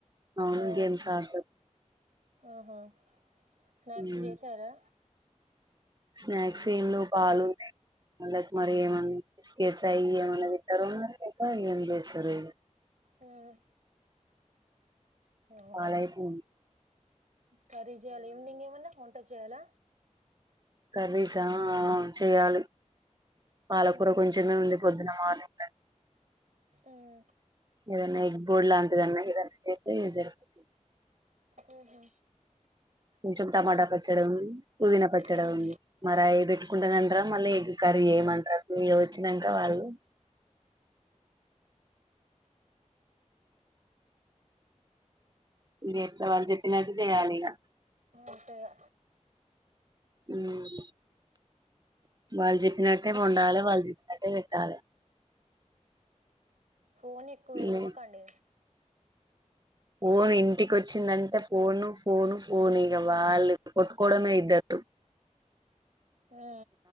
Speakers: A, on the right; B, on the right.
A: అవును
B: ఆ
A: గేమ్స్ ఆడతాది
B: ఆహా స్నాక్స్
A: ఉమ్.
B: చేసారా
A: స్నాక్స్ ఏంలేవు పాలు ఉన్నాయ్ మరి ఏమన్నా బిస్కెట్స్ అవి ఏమన్నా తింటారో ఉన్నా లేక ఏం చేస్తారో ఇగ
B: ఉమ్ అవునా
A: పాలైతే
B: కర్రి చేయ్యాల ఈవినింగ్ ఏమన్నా వంట చేయ్యాలా
A: కర్రీస్ ఆ ఆ చేయాలి పాలకూర
B: ఉమ్
A: కొంచమే ఉంది పొద్దున మార్నింగ్
B: ఉమ్
A: ఏదైనా ఎగ్బోర్డ్ లాంటిదన్నా ఏదన్నా చేస్తే సరిపోతది
B: ఉహు
A: కొంచెం టమాటా పచ్చడి ఉంది పుదీనా పచ్చడి
B: ఉమ్
A: ఉంది మరాయి పెట్టుకుంటాందంటరా మళ్ళీ ఎగ్ కర్రీ ఏయమంటరా వచ్చినాక వాళ్ళు చెప్ వాళ్ళు చెప్పినట్టు చేయాలి ఇగా
B: అంతే ఇగ
A: ఉమ్ వాళ్ళు చెప్పినట్టే వండాలి వాళ్ళు చెప్పినట్టే పెట్టాలా
B: ఫోన్ ఎక్కువ ఇవ్వకండి
A: లే ఫోన్ ఇంటికొచ్చిందంటే ఫోను ఫోను ఫోను ఇక వాళ్ళ కొట్టుకోవడమే ఇద్దరు
B: ఆ